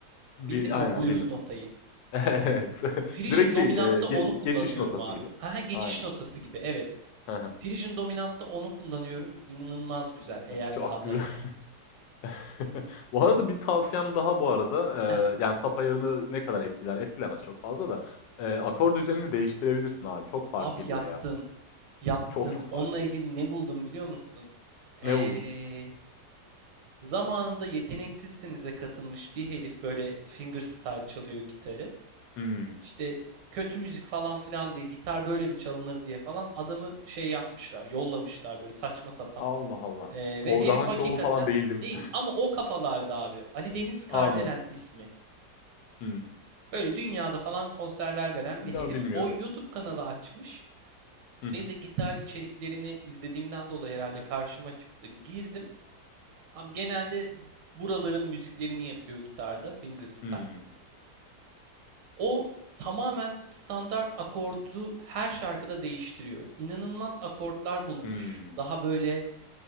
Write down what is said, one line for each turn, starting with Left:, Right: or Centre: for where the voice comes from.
Left: Bi
Right: Bildin mi
Left: aynen,
Right: o blues
Left: bildim.
Right: notayı?
Left: <laughs> Evet. <laughs>
Right: Phrygian
Left: Direkt şey,
Right: dominantta
Left: eee, ge
Right: onu kullanıyorum
Left: geçiş notası
Right: abi.
Left: gibi.
Right: Ha ha, geçiş
Left: Aynen.
Right: notası gibi evet.
Left: <laughs> He he.
Right: Phrygian dominantta onu kullanıyorum. İnanılmaz güzel eğer
Left: Çok
Right: la'daysa.
Left: güzel. <laughs> Bu arada bir tavsiyem daha bu arada,
Right: Heh,
Left: eee, yani, sap ayarını ne kadar etkiler? Etkilemez çok fazla da, eee, akor düzenini değiştirebilirsin abi. Çok fark
Right: abi
Left: ediyor
Right: yaptım.
Left: ya.
Right: Yaptım.
Left: Çok çok fark
Right: Onunla
Left: ediyor.
Right: ilgili ne buldum biliyor musun?
Left: Ne
Right: Ee,
Left: buldun?
Right: zamanında Yeteneksizsiniz'e katılmış bir herif böyle fingerstyle çalıyor gitarı.
Left: Hımm.
Right: İşte kötü müzik falan filan diye gitar böyle mi çalınır diye falan adamı şey yapmışlar, yollamışlar böyle saçma sapan.
Left: Allah Allah.
Right: Ee,
Left: Tolga
Right: ve herif
Left: Hançoğlu
Right: hakikaten
Left: falan değil değil mi?
Right: değil
Left: <laughs>
Right: ama o kafalarda abi. Ali Deniz Kardelen
Left: Anladım.
Right: ismi.
Left: Hımm.
Right: Böyle dünyada falan konserler veren bir
Left: Ya,
Right: herif.
Left: bilmiyorum.
Right: O YouTube kanalı açmış.
Left: Hı hı.
Right: Benim de gitar içeriklerini izlediğimden dolayı herhalde karşıma çıktı. Girdim. Abi genelde buraların müziklerini yapıyor gitarda, fingerstyle.
Left: Hımm.
Right: O tamamen standart akordu her şarkıda değiştiriyor. İnanılmaz akortlar bulmuş.
Left: Hımm.
Right: Daha böyle